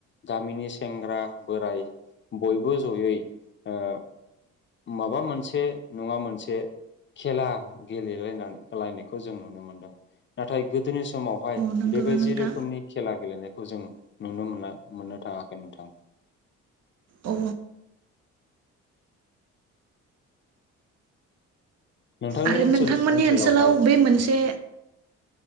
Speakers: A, on the left; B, on the right.
A: गामिनि सेंग्रा बोराय बयबो जयै ओ माबा मोनसे नङा मोनसे खेला गेलेलायनानै लायनायखौ जों नुनो मोनदों नाथाय गोदोनि समाव हाय
B: अ नंगौना
A: बेबादि
B: नोंथां?
A: रोखोमनि खेला गेलेना खौ जों नुनो मोना मोननो थाङाखै नोंथां।
B: अ
A: नोंथांनि
B: आरो
A: ओनसोल
B: नोंथांमोननि
A: ओनसोलावहाय
B: ओनसोलाव बे मोनसे